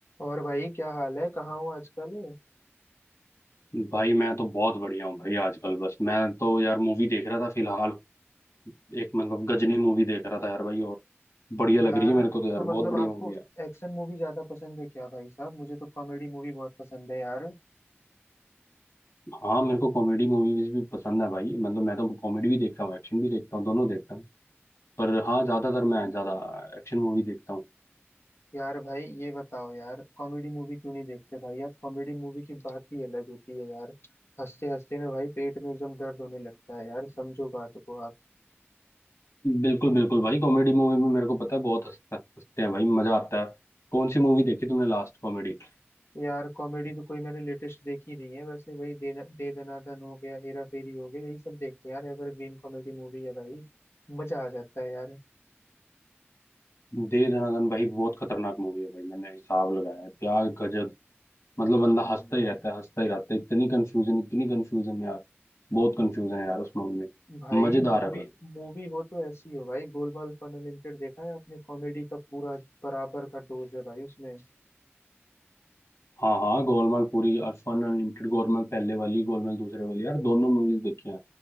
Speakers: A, on the left; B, on the left.
A: और भाई क्या हाल है कहाँ हो आजकल
B: भाई मैं तो बहुत बढ़िया हूँ भाई आजकल बस मैं तो यार मूवी देख रहा था फिलहाल एक मतलब गजनी मूवी देख रहा था यार भाई और बढ़िया
A: यार
B: लग रही है मेरे को तो यार
A: तो मतलब
B: बहुत बढ़िया
A: आपको
B: मूवी है
A: एक्शन मूवी ज्यादा पसंद है क्या भाई साहब मुझे तो कॉमेडी मूवी बहुत पसंद है यार
B: हाँ मेरे को कॉमेडी मूवीज भी पसंद है भाई मतलब मैं तो कॉमेडी भी देखता हूँ एक्शन भी देखता हूँ दोनों देखता हूँ पर हाँ ज्यादातर मैं ज्यादा एक्शन मूवी देखता हूँ
A: यार भाई ये बताओ यार कॉमेडी मूवी क्यों नहीं देखते भाई आप कॉमेडी मूवी की बात ही अलग होती है यार हंसते हंसते ना भाई पेट में एकदम दर्द होने लगता है यार समझो बात को आप
B: बिल्कुल बिल्कुल भाई कॉमेडी मूवी में मेरे को पता है बहुत हंसता हंसते हैं भाई मजा आता है कौन सी मूवी देखी तुमने लास्ट कॉमेडी
A: यार कॉमेडी तो कोई मैंने लेटेस्ट देखी नहीं है वैसे वही दे, दे दनादन हो गया हेरा फेरी हो गया यही सब देखते हैं यार एवरग्रीन कॉमेडी मूवी है भाई मजा आ जाता है यार
B: दे दनादन भाई बहुत खतरनाक मूवी है भाई मैंने हिसाब लगाया क्या गजब मतलब बंदा हंसता ही रहता है हंसता ही रहता है इतनी कंफ्यूजन इतनी कंफ्यूजन यार बहुत कंफ्यूजन है यार उस मूवी में
A: भाई
B: मजेदार
A: मूवी
B: है अगर
A: मूवी हो तो ऐसी हो भाई गोलमाल फन अनलिमिटेड देखा है आपने कॉमेडी का पूरा बराबर का डोज है भाई उसमें
B: हाँ हाँ गोलमाल पूरी और फन अनलिमिटेड गोलमाल पहले वाली गोलमाल दूसरे वाली यार दोनों मूवीज देखी हैं